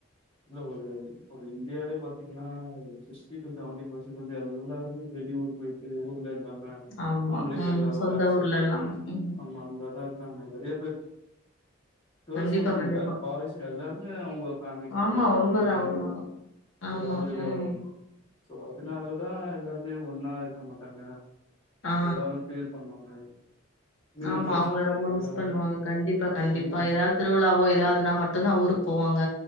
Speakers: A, on the left; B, on the left.
A: இல்ல ஒரு ஒரு இந்தியாலே பாத்திங்கனா ஒரு சிக்ஸ்டி டு செவன்டி பெர்சன்ட் வந்து எல்லாருமே வெளியூர் பொயிட் டு ஊர்ல இல்லாம்ம
B: ஆமா.
A: ஆம்பளைங்க
B: ம்.
A: எல்லாரூ
B: சொந்த
A: வேல செய்றது
B: ஊர்லலாம். ம்.
A: ஆமா அந்த் மாரிதா இருக்காங்க நெறையா பேர் கேர்ள்ஸ்
B: கண்டிப்பா,
A: மட்டு
B: கண்டிப்பா.
A: இல்ல பாய்ஸ் எல்லாருமே அவொங்க ஃபேமிலி தவுத்து
B: ஆமா
A: எல்லாரு
B: உண்மதான்
A: வெளிய வந்துருவாங்
B: உண்மதான். ஆமா.
A: எல்லாரு வெளிய
B: ம்.
A: வருவாங்க சோ அதுனாலதா எல்லாருமே ஒன்னா இருக்க மாட்டாங்க
B: ஆ.
A: எல்லாரு ஃபீல் பண்ணுவாங்க மிடில்
B: ஆமா
A: கிளாஸ்
B: அவுங்கள
A: பசங்க
B: ரொம்ப
A: எல்லாருமே
B: மிஸ் பண்ணுவாங்க கண்டிப்பா கண்டிப்பா
A: ம்
B: ஏதாவது திருவிழாவோ ஏதாவதுனா மட்டூ தா ஊருக்கு போவாங்க